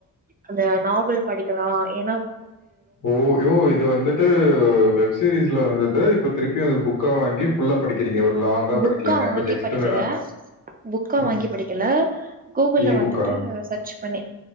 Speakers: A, on the right; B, on the left.
A: அந்த நாவல் படிக்கலா எ
B: ஓ ஓ இது வந்துட்டு வெப் சீரிஸ்ல வந்தது இப்ப திருப்பியு அது புக்கா வாங்கி ஃபுல்லா படிக்கிறிங்க ஒரு லாங்கா
A: புக்கா
B: படிக்கலைங்க.
A: வாங்கி
B: கொஞ்சம் எக்ஸ்டெண்டடா.
A: படிக்கல புக்கா
B: ஆ
A: வாங்கி படிக்கல கூகுள்ல
B: இ
A: வந்துட்டு
B: புக்கா?
A: சர்ச் பண்ணி